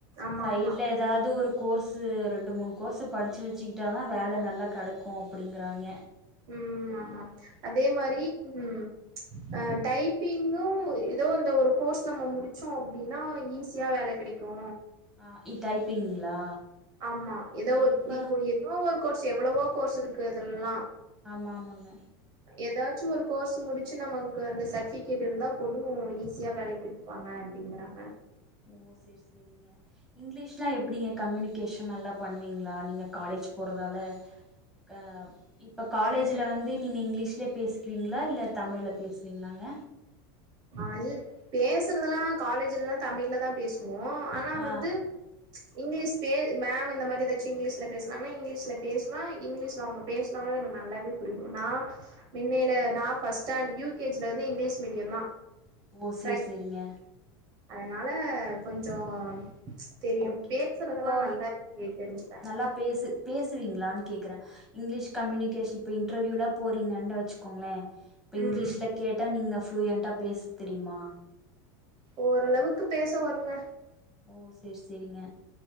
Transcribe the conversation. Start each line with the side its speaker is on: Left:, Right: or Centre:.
Right: ஆமா
Centre: சைட்ல
Right: ஆமா
Centre: ஏதாவது ஒரு கோர்ஸு ரெண்டு மூணு கோர்ஸு படிச்சு வெச்சுகிட்டா தா வேல நல்லா கெடைக்கு அப்டிங்கிறாங்க
Right: ம் ஆமா அதே மாரி ம் அ டைப்பிங்கு ஏதோ அந்த ஒரு கோர்ஸ் நம்ம முடிச்சோ அப்டின்னா ஈஸியா வேல கெடைக் கு
Centre: ஆ இ டைப்பிங்ளா
Right: ஆமா எதோ
Centre: ஓ
Right: ஒரு
Centre: இப்ப
Right: இப்போ ஏதோ ஒரு கோர்ஸ் எவ்ளவோ கோர்ஸ் இருக்கு அதெல்லா
Centre: ஆமா ஆமாங்க
Right: ஏதாச்சு ஒரு கோர்ஸ் முடிச்சு நமக்கு அந்த சர்ட்பிகேட் இருந்தா போது ஈஸியா வேலைக்கு இருப்பாங்க அப்டிங்றாங்க
Centre: ஓ சேர் சேரிங்க இங்கிலீஷ்லா எப்டிங்க கம்யூனிகேஷன் நல்லா பண்ணுவீங்ளா நீங்க காலேஜ் போறதால க ப் இப்போ காலேஜ்ல
Right: ம்
Centre: வந்து நீங்க இங்கிலீஷல பேசிக்குவீங்ளா இல்ல தமிழ்ல பேசுவீங்ளாங்க
Right: அது பேசறதுல்லா காலேஜ்லல்லா தமிழ்ல தா பேசு வோ ஆனா
Centre: ஆ
Right: வந்து இங்கிலீஷ் பே மேம் இந்த மாரி ஏதாச்சு இங்கிலீஷ்ல பேசனாங்ன்னா இங்கிலீஷ்ல பேசுவே இங்கிலீஷ்ல அவுங்க பேச் னால எனக்கு நல்லாவே புரியு நா மின்னைல நா ஃபர்ஸ்ட் ஸ்டாண்ட் யூ கே ஜில இருந்து இங்கிலீஷ் மீடியோ தா
Centre: ஓ சேர்
Right: பிரை
Centre: சேரிங்க
Right: அதனால கொஞ்சோ தெரியு
Centre: ஓகே
Right: பேசுறதெல்லா
Centre: இப்போ
Right: நல்லாவே தெரிஞ்சுப்பே
Centre: நல்லா பேசு பேசுவீங்ளான்னு கேக்குறே இங்க்லீஷ் கம்யூனிகேஷன் இப்ப இன்டர்வியூல்லா போறீங்கன்னு வச்சுக்கோங்ளே இப்ப
Right: ம்
Centre: இங்லீஷ்ல கேட்டா நீங்க ஃப்ளூயண்ட்டா பேச தெரியுமா
Right: ஓரளவுக்கு பேச வருங்க
Centre: ஓ சேர் சேரிங்க